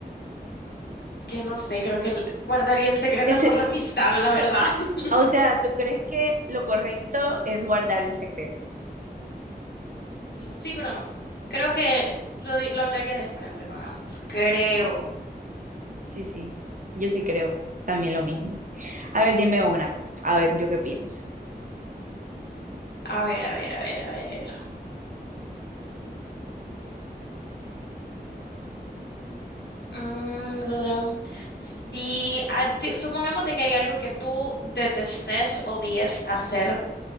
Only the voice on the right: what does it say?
Es,
o sea, ¿tú crees que lo correcto es guardar el secreto?
La- Sí, sí, yo sí creo también lo mismo. A ver, dime una, a ver, yo qué pienso.